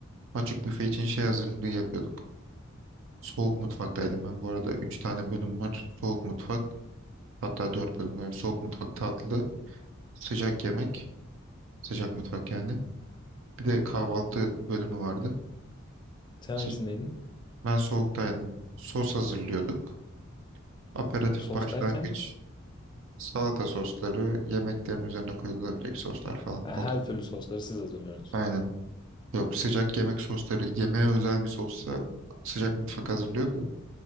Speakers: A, on the right; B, on the left.
A: Açık büfe için şey hazırlığı yapıyorduk. Soğuk mutfaktaydım ben bu arada. Üç tane bölüm var. Soğuk mutfak hatta dört bölüm var. Soğuk mutfak tatlı, sıcak yemek, sıcak mutfak yani. Bir de kahvaltı bölümü vardı.
B: Sen
A: Sı-
B: hangisindeydin?
A: Ben soğuktaydım. Sos hazırlıyorduk. Aperatif
B: Sos
A: başlangıç,
B: derken
A: salata sosları, yemeklerin üzerine koyulabilecek soslar falan.
B: ha,
A: O
B: her
A: da
B: türlü sosları siz hazırlıyorsunuz.
A: aynen. Yok sıcak yemek sosları, yemeğe özel bir sossa sıcak mutfak hazırlıyordu. da.